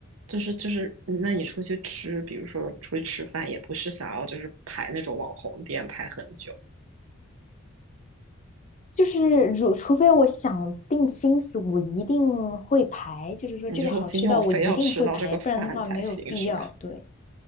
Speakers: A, on the right; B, on the left.
A: 就是就是，那你出去吃，比如说出去吃饭，也不是想要就是排那种网红店排很久，
B: 就是如，除非我想定心思，我一定会排。就是说，
A: 你就说今天我非要吃到这个饭才行，
B: 这个好吃到我一定会排，不然的话没有必要。
A: 是吧？
B: 对